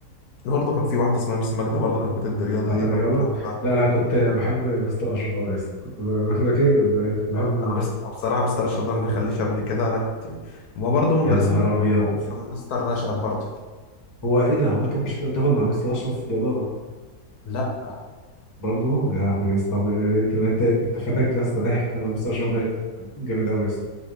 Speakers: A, on the left (about 75°); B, on the left (about 15°).
A: برضه كان في واحده اسمها ميس ماجده برضه كانت بتدي رياضه
B: بتاعت
A: دي اللي
B: الرياضه
A: انا كنت بحبها
B: لا لا كنت بحب مستر اشرف قوي يا اسطى كنت ب- <laughs> فاكر كنت بحبه موت
A: انا مست... بصراحه مستر اشرف ده ما دخليش قبل كده انا كنت ما برضه من
B: يا
A: المدرسين
B: نهار
A: اللي كنت
B: ابيض
A: بحبهم كان مستر نشأت برضه
B: هو ايه ده هو انت ما كنتش بتاخد مع مستر اشرف رياضه
A: لا
B: برضه يا لهوي يا اسطى انت بجد انت فاتك يا اسطى ضحك مستر اشرف ده جامد قوي يا اسطى